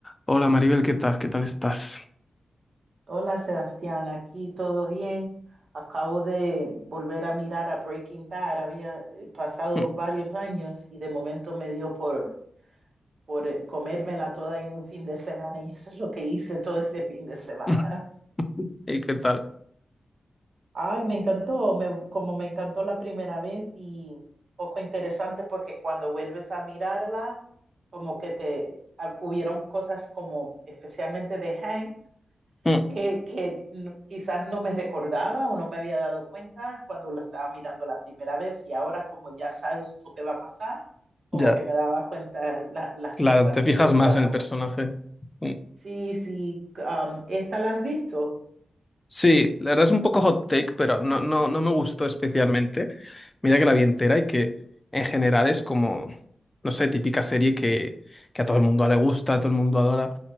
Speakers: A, on the left; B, on the right.
A: Hola Maribel, ¿qué tal? ¿Qué tal estás? <laughs>
B: Hola Sebastián, aquí todo bien. Acabo de volver a mirar a Breaking Bad. Había eh, pasado
A: Mm,
B: varios años y de momento me dio por, por eh, comérmela toda en un fin de semana y eso es lo que hice todo este fin de semana.
A: mm, ¿Y qué tal?
B: Ay, me encantó, me- como me encantó la primera vez y un poco interesante porque cuando vuelves a mirarla, como que te ah, hubieron cosas como especialmente de Hank
A: Mm,
B: eh, que no- quizás no me recordaba o no me había dado cuenta cuando la estaba mirando la primera vez y ahora como ya sabes lo que va a pasar, como
A: Ya,
B: que me daba cuenta la- las
A: claro,
B: cosas
A: te fijas
B: que iban
A: más en
B: a
A: el personaje.
B: pasar.
A: Mm.
B: Sí, sí, um, ¿esta la has visto?
A: Sí, la verdad es un poco hot take, pero no, no, no me gustó especialmente. Mira que la vi entera y que en general es como, no sé, típica serie que, que a todo el mundo le gusta, a todo el mundo adora.